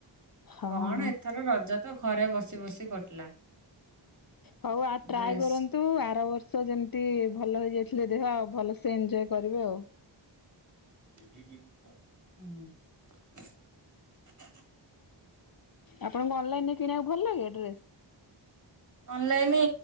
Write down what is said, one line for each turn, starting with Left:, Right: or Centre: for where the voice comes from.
Left: ହଁ
Right: କଣ ଏଥର ରଜ ତ ଘରେ ବସି ବସି କଟିଲା
Left: ହଉ ଆ ଟ୍ରାଏ
Right: ଡ୍ରେସ୍
Left: କରନ୍ତୁ ଆର ବର୍ଷ ଯେମିତି ଭଲ ହୋଇଯାଇଥିଲେ ଦେହ ଆ ଭଲ ସେ ଏନଞ୍ଜୟ କରିବେ ଆଉ।
Right: ହୁଁ <inaudible>
Left: ଆପଣଙ୍କୁ ଅନଲାଇନ ରେ କିଣିବାକୁ ଭଲ ଲାଗେ? ଡ୍ରେସ୍?
Right: ଅନଲାଇନ